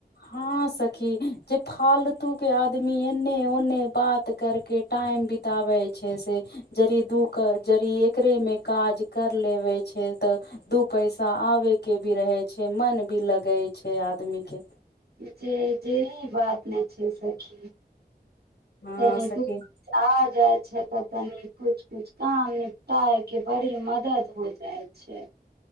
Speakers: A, on the left; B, on the right.
A: हाँ सखी जे फालतू के आदमी एने ओने बात करके टाइम बितावै छै से यदि दू जड़ी एकरे मे काज कर लेवै छै तऽ दू पैसा आबै के भी रहै छै मन भी लगै छै आ- -दमी के
B: जे जे बात नहि छै सखी
A: हँ
B: तनी
A: सखी
B: दू <unintelligible> जाइ छै तऽ तनि कुछ कुछ काम निपटाय के बड़ी मदद हो जाइ छै